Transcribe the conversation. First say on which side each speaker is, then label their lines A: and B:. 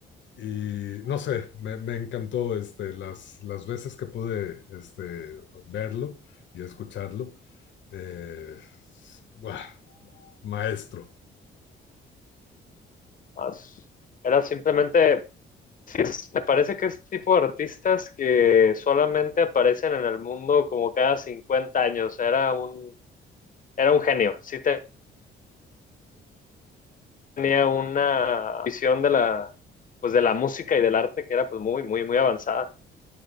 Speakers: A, on the left; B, on the left.
A: Y no sé, me, me encantó este, las, las veces que pude este, verlo y escucharlo. Eh, ¡buah! maestro.
B: Ah, s- Era simplemente, sí, es- me parece que es tipo de artistas que solamente aparecen en el mundo como cada 50 años, era un, era un genio, sí tenía una visión de la, pues de la música y del arte que era pues muy, muy, muy avanzada.